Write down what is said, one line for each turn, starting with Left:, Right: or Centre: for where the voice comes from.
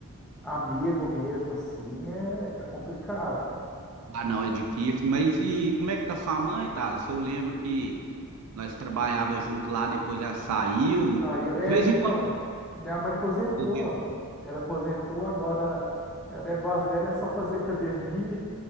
Centre: amigo mesmo, assim, é, é complicado.
Right: Ah, não, é difícil. Mas e como é que tá sua mãe, tá? Se eu lembro que nós trabalhava junto lá, depois ela saiu.
Centre: Saiu. É,
Right: De vez
Centre: então,
Right: em quando,
Centre: minha mãe aposentou.
Right: por exemplo.
Centre: Ela aposentou, agora é, o negócio dela é só fazer academia,